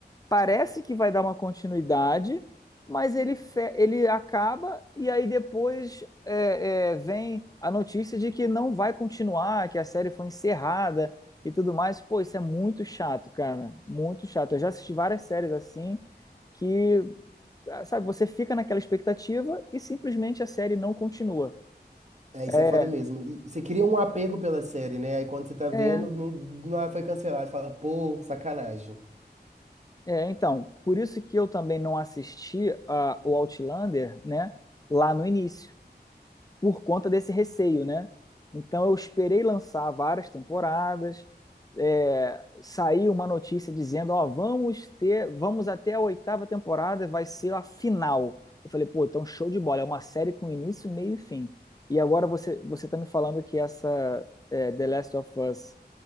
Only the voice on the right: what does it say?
É, isso
é foda mesmo. E você cria um apego pela série, né? Aí quando você tá vendo,
não, não ela foi cancelada. Você Fala, pô, sacanagem.